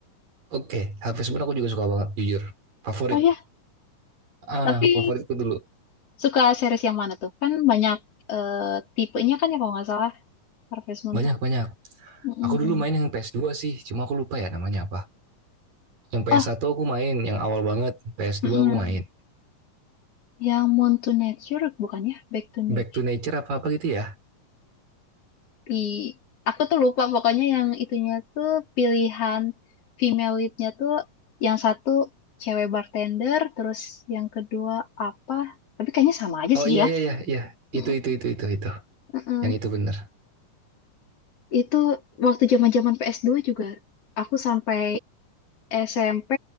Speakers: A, on the right; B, on the left.
A: Oke, HP sebenarnya aku juga suka banget, jujur. Favorit.
B: Oh ya,
A: Ah,
B: tapi
A: favoritku dulu.
B: suka series yang mana tuh? Kan banyak eh, tipenya kan ya kalau nggak salah Harvest Moon
A: Banyak-banyak.
B: Mm-mm.
A: Aku dulu main yang ps dua sih, cuma aku lupa ya namanya apa. Yang ps
B: Oh,
A: satu aku main, yang awal banget. ps
B: mm-mm.
A: dua aku main.
B: Yang Moon to Nature bukannya Back to Nature.
A: Back to Nature apa-apa gitu ya.
B: I, aku tuh lupa pokoknya yang itunya tuh pilihan female leadnya tuh yang satu cewek bartender, terus yang kedua apa? Tapi kayaknya sama aja
A: Oh
B: sih
A: iya,
B: ya.
A: iya, iya, iya.
B: Mm,
A: Itu, itu, itu, itu, itu.
B: mm-mm.
A: Yang itu bener.
B: Itu waktu zaman-zaman ps dua juga aku sampai SMP